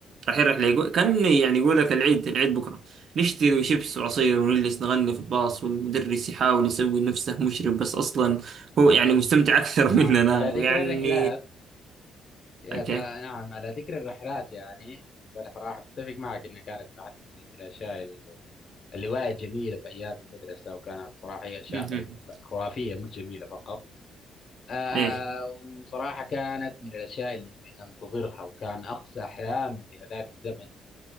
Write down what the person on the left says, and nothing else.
آه،
على ذكر
الرحلات يا
س... آه نعم على ذكر الرحلات يعني وانا صراحه بتفق معك انها كانت من أحد- من الاشياء اللي اللي وايد جميله في ايام المدرسه وكانت صراحه هي اشياء
خري- خرافيه مش جميله فقط آه
وصراحه كانت من الاشياء اللي ننتظرها وكان اقصى احلامنا في هذاك الزمن